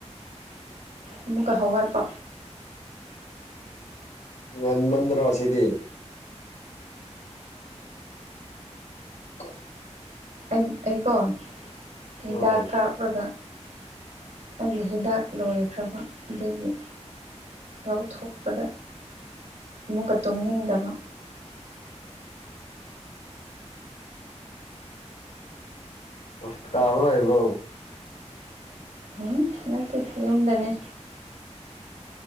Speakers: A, on the right; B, on the left.
A: ꯑꯃꯨꯛꯀ ꯍꯧꯒꯠꯄ
B: ꯉꯟ ꯃꯟꯗꯔꯣ ꯁꯤꯗꯤ <unintelligible>
A: ꯎꯝ ꯑꯩꯀꯣ ꯍꯤꯗꯥꯛ
B: ꯎꯝ
A: ꯀꯥꯞꯔꯒ ꯑꯩꯒꯤ ꯍꯤꯗꯥꯛ ꯂꯣꯏꯈ꯭ꯔꯕ ꯑꯗꯨꯒꯤ ꯂꯧꯊꯣꯛꯄꯗ ꯑꯃꯨꯛꯀ ꯇꯨꯝꯅꯤꯡꯗꯕ
B: ꯍꯣꯁꯄꯤꯇꯥꯜꯗ ꯂꯩꯕ꯭ꯔ‌ꯣ
A: ꯎꯝ ꯅꯠꯇꯦ ꯌꯨꯝꯗꯅꯦ